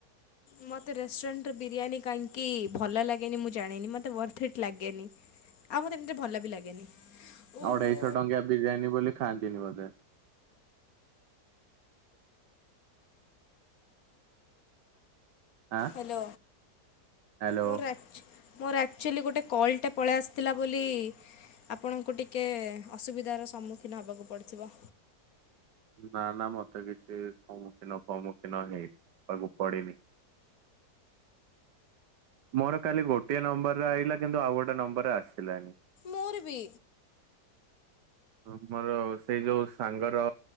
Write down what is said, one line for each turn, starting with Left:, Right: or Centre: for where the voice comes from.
Left: ମତେ ରେଷ୍ଟୁରାଣ୍ଟରେ ବିରିୟାନୀ କାଇଁକି ଭଲ ଲାଗେନି ମୁଁ ଜାଣିନି ମତେ ୱର୍ଥ ଇଟ୍ ଲାଗେନି। ଆଉ ମତେ ଏମତିରେ ଭଲ ବି ଲାଗେନି। ଓହୋ।
Right: ଅଢେଇଶ ଟଙ୍କିଆ ବିରିୟାନୀ ବୋଲି ଖାଆନ୍ତିନି ବୋଧେ। ଆଁ
Left: ହାଲୋ
Right: ହ୍ୟାଲୋ।
Left: ମୋ ରା ମୋର ଆକ୍ଚୁଆଲି ଗୋଟେ କଲ୍ ଟେ ପଳେଇ ଆସିଥିଲା ବୋଲି ଆପଣଙ୍କୁ ଟିକେ ଅସୁବିଧାର ସମ୍ମୁଖୀନ ହବାକୁ ପଡିଥିବ।
Right: ନା ନା ମତେ କିଛି ସମ୍ମୁଖୀନ ଫମ୍ମୁଖୀନ ହେଇନି <unintelligible> କୁ ପଡିନି। ମୋର କାଲି ଗୋଟିଏ ନମ୍ବରେ ଆଇିଲା କିନ୍ତୁ ଆଉ ଗୋଟେ ନମ୍ବରେ ଆସିଲାନି।
Left: ମୋର ବି।
Right: ତୁମର ସେ ଯୋଉ ସାଙ୍ଗର